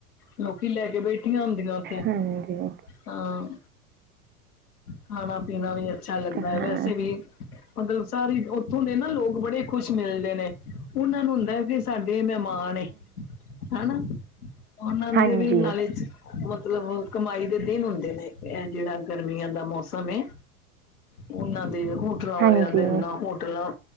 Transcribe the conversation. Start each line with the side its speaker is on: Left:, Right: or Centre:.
Left: ਲੋਕੀ ਲੈ ਕੇ ਬੈਠੀਆਂ ਹੁੰਦੀਆਂ।
Right: ਹਾਂਜੀ।
Left: ਹਾ, ਖਾਣਾ-ਪੀਣਾ ਵੀ ਅੱਛਾ ਲੱਗਦਾ
Right: ਤਾਂ ਹਾਂ
Left: ਹੈ ਵੈਸੇ ਵੀ ਮਤਲਬ ਸਾਰੀ ਉੱਥੋਂ ਦੇ ਨਾ ਲੋਕ ਬੜੇ ਖੁਸ਼ ਮਿਲਦੇ ਨੇ, ਉਹਨਾਂ ਨੂੰ ਹੁੰਦਾ ਕਿ ਸਾਡੇ ਮਹਿਮਾਨ ਆਣੇ ਹਨਾ, ਉਹਨਾਂ ਦੇ
Right: ਹਾਂਜੀ
Left: ਵੀ ਨਾਲੇ ਚ ਮਤਲਬ ਕਮਾਈ ਦੇ ਦਿਨ ਹੁੰਦੇ ਨੇ ਏ ਜੇਹੜਾ ਗਰਮੀਆਂ ਦਾ ਮੌਸਮ ਹੈ। ਉਹਨਾਂ ਦੇ ਹੋਰ ਹੋਟਲਾਂ
Right: ਹਾਂਜੀ
Left: ਵਾਲੇ ਜਾਂਦੇ, ਹੋਟਲਾਂ